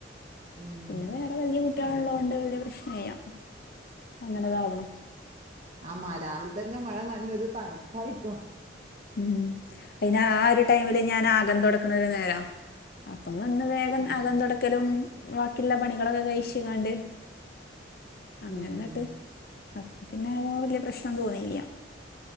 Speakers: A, on the right; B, on the left.
A: ഉം
B: പിന്നെ വേറെ വല്ല്യ കുട്ടികളുള്ളോണ്ട്
A: അങ്ങനെ
B: വല്ല്യ പ്രശ്നം ഇല്ല അങ്ങനെതാവണം
A: ആഹ് മ രാവിലെ തന്നെ മഴ നനഞ്ഞാ ഒരു തണുപ്പായിക്കും
B: ഉം അയ്‌ന് ആഹ് ഒരു ടൈമില് ഞാൻ ആകം തൊടക്ക്ണ ഒരു നേരാ അപ്പം വന്ന് വേഗം
A: ആഹ്
B: അകം തൊടക്കലും ബാക്കിയുള്ള പണികളൊക്കെ കഴിച്ചു കാണ്ട് അങ്ങനെങ്ങട്ട്
A: ഉം
B: അപ്പ പിന്നെ ഓഹ് വല്ല്യ പ്രശ്നം തോന്നിയില്ല